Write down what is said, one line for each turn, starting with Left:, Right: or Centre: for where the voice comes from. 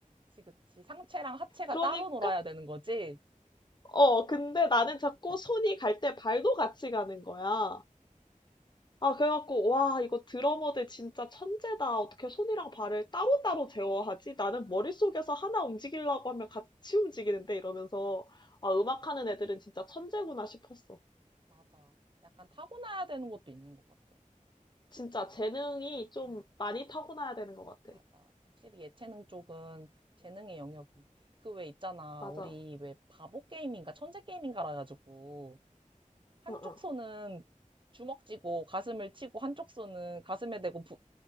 Right: 그치, 그치. 상체랑 하체가
Left: 그러니까
Right: 따로 놀아야 되는 거지?
Left: 어, 근데 나는 자꾸 손이 갈 때 발도 같이 가는 거야. 아, 그래갖고, 와, 이거 드러머들 진짜 천재다. 어떻게 손이랑 발을 따로따로 제어하지? 나는 머릿속에서 하나 움직이려고 하면 같이 움직이는데 이러면서, 아, 음악하는 애들은 진짜 천재구나 싶었어.
Right: 맞아. 약간 타고나야 되는 것도 있는 것 같아.
Left: 진짜 재능이
Right: 응,
Left: 좀 많이 타고나야 되는
Right: 맞아.
Left: 것 같아.
Right: 확실히 예체능 쪽은 재능의 영역이. 그 왜 있잖아.
Left: 맞아.
Right: 우리 왜 바보 게임인가 천재 게임인가라 가지고 한쪽
Left: 응, 응.
Right: 손은 주먹 쥐고 가슴을 치고 한쪽 손은 가슴에 대고 부-